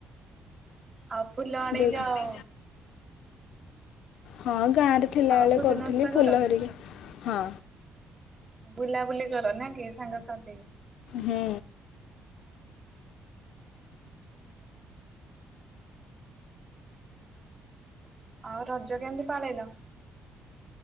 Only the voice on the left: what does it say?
ଯୋଉଠି
ହଁ ଗାଁ ରେ ଥିଲା
ବେଳେ
କରୁଥିଲି,
ଫୁଲ
ହେରିକା ହଁ।
ହୁଁ।